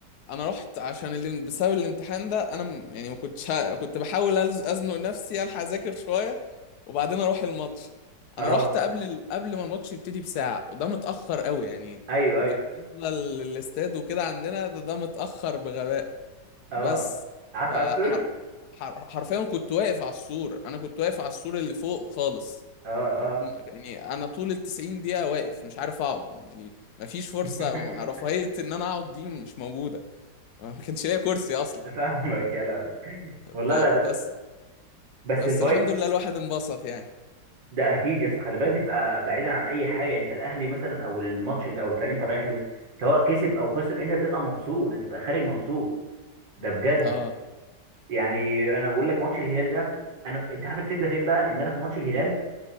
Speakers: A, on the left; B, on the right.
A: انا رحت عشان اللي بسبب الامتحان ده انا م- يعني ما كنتش ه- كنت بحاول أز- ازنق نفسي الحق اذاكر شويه وبعدين اروح الماتش
B: اه
A: انا رحت قبل ال... قبل ما الماتش يبتدي بساعه وده متاخر قوي يعني
B: ايوه
A: بالنسبه
B: ايوه
A: للاستاد وكده عندنا ده, ده متاخر بغباء
B: اه
A: بس
B: قعدت
A: فحر...
B: على السور
A: حر... حرفيا كنت واقف على السور انا كنت واقف على السور اللي فوق خالص
B: اه
A: وكن-
B: اه
A: يعني انا طول التسعين دقيقة واقف مش عارف اقعد يعني مفيش فرصة
B: <laughs>
A: رفاهية ان انا اقعد دي مش موجودة ما كانش ليا كرسي اصلا
B: فاهمك يا لهوي
A: ب...
B: والله لا ب-
A: بس
B: بس
A: بس
B: الفايب
A: الحمد لله الواحد انبسط يعني
B: ده اكيد يا اسطى خلي بالك بتبقى بعيدا عن اي حاجه انت الاهلي مثلا او الماتش ال- او الفريق اللي انت رايح له سواء كسب او خسر انت بتبقى مبسوط انت بتبقى خارج مبسوط ده بجد
A: اه
B: يعني انا بقول لك ماتش الهلال ده انا انت عارف الفكره فين بقى ان انا في ماتش الهلال